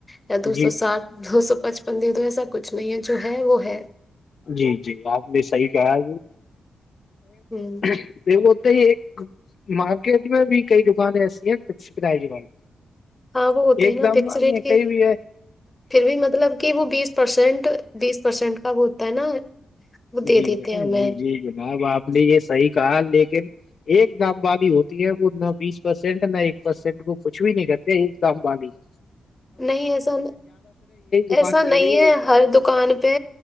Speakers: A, on the left; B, on the left.
A: یا دو
B: جی
A: سو ساٹھ دو سو پچپن دن تو ایسا کچھ نہیں ہے جو ہے وہ ہے
B: جی جی آپ نے صحیح کہا
A: ہوں
B: کہ وہت ہی ایک مارکیٹ میں بھی کئی دکانیں ایسی ہیں فکس کرائے ج والی
A: ہاں وہ ہوتی
B: ایک
A: ہے نا
B: دم
A: فکس ریٹ کے
B: کئی بھی ہے
A: پھر بھی مطلب کہ وہ بیس پرسینٹ بیس پرسینٹ کا وہ ہوتا ہے نا وہ دے
B: جی
A: دیتے ہیں ہمیں
B: جی جی جناب آپ نے یہ صحیح کہا لیکن ایک دام والی ہوتی ہے وہ نہ بیس پرسینٹ نہ ایک پرسینٹ وہ کچھ بھی نہیں کرتے ایک دام والالی <inaudible>
A: نہیں ایسا ایسا
B: دکان
A: نہیں
B: چل رہی
A: ہے
B: ایک دام
A: ہر دکان پہ